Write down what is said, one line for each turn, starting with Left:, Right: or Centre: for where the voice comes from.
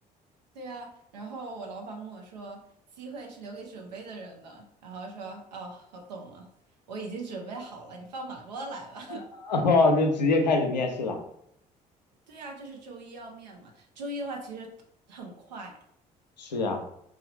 Right: 对啊，然后我老板跟我说，机会是留给准备的人的，然后说，哦，我懂了，我已经准备好了，你放马过来吧。
Left: <laughs> 哦，就直接开始面试了。
Right: 对啊，就是周一要面嘛。周一的话其实很快，
Left: 是呀，